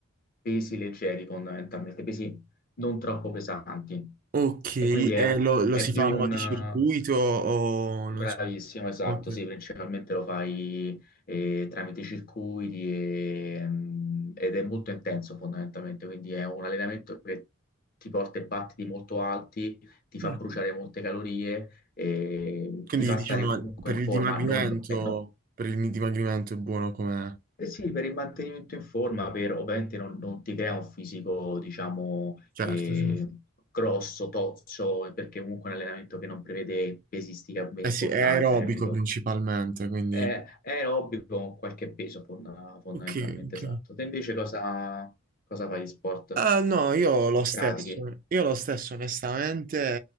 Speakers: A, on the left; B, on the right.
A: pesi leggeri fondamentalmente, pesi non troppo pesanti.
B: Ok, eh,
A: E quindi è,
B: lo, lo
A: è
B: si
A: più
B: fa a mo'
A: un,
B: di
A: eh,
B: circuito o non
A: Bravissimo,
B: so.
A: esatto,
B: Ok.
A: sì, principalmente lo fai eh, tramite circuiti e, mm, ed è molto intenso fondamentalmente, quindi è un allenamento che ti porta in partiti molto alti, ti fa
B: Mhm.
A: bruciare molte calorie, e
B: Quindi
A: ti fa
B: diciamo
A: stare comunque
B: per
A: in
B: il
A: forma,
B: dimagrimento,
A: non, eh, no.
B: per il dimagrimento è buono come...
A: Eh sì, per il mantenimento in forma, per, ovviamente non, non ti crea un fisico, diciamo,
B: Certo,
A: eh,
B: certo.
A: grosso, tozzo, perché comunque è un allenamento che non prevede pesistica importante,
B: Eh sì, è aerobico
A: capito?
B: principalmente, quindi...
A: è, è aerobio con qualche peso fon- fondamentalmente
B: Ok, ok.
A: esatto. Te invece cosa, cosa fai di sport?
B: Ah, no, io
A: Se
B: lo stesso,
A: pratichi,
B: io lo stesso onestamente,